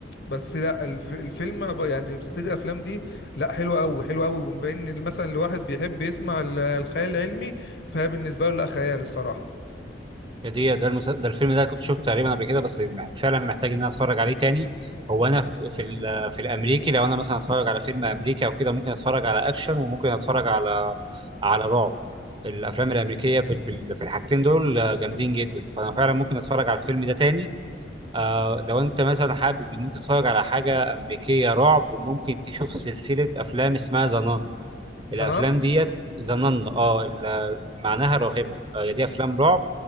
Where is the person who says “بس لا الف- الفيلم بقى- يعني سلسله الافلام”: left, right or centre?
Left